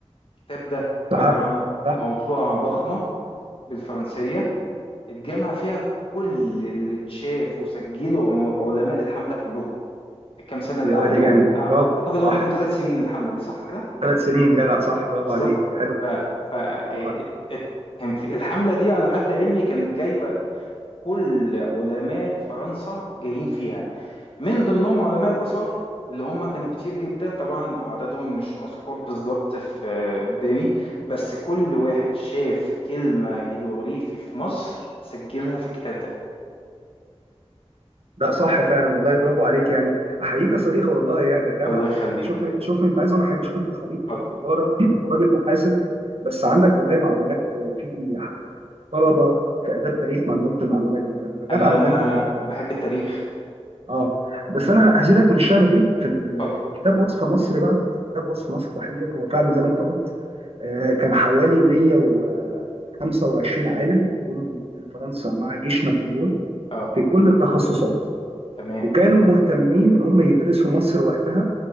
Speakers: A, on the left; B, on the right.
A: الكتاب ده
B: صح
A: عبارة عن موسوعة ضخمة بالفرنسية اتجمع فيها كل اللي اتشاف وسجله عم- علماء الحملة كلهم في الكام سنة اللي
B: يا
A: قعدوهم
B: واد يا جامد برافو
A: أعتقد هم
B: صح
A: كانوا ثلاث سنين الحملة دي صح كده؟
B: ثلاث سنين جدع صح برافو
A: بالظبط
B: عليك حلو
A: ف...
B: ما
A: ف... إيه،
B: شاء الله عليك.
A: ات- ات- كان في الحملة دي على حد علمي كانت جايبة كل علماء فرنسا جايين فيها من ضمنهم علماء الآثار اللي هم كانوا كتير جدا طبعا عددهم مش مذكور بالظبط في قدامي بس كل واحد شاف كلمة هيلوغريفي في مصر سجلها في الكتاب ده
B: لا صح فعلا والله برافو عليك يعني احييك يا صريخه والله يا ده جدع
A: الله يخليك
B: شوف شوف انت عايز اقول لك حاجه شوف انت خريج
A: اتفضل
B: تجاره <clears throat> وراجل محاسب بس عندك والله معلومات في طلبه في اداب تاريخ ما عندهمش المعلومات دي فجدع
A: انا
B: والله انت
A: بحب التاريخ
B: اه بس انا هزيدك من الشعر بيت في ال-
A: اتفضل
B: كتاب وصف مصر بقى كتاب وصف مصر تحديدا هو فعلا زي ما انت قلت آه، كان حوالي 125 عالم جم من فرنسا مع جيش نابليون
A: اه
B: في كل التخصصات
A: تمام
B: وكانوا مهتمين ان هم يدرسوا مصر وقتها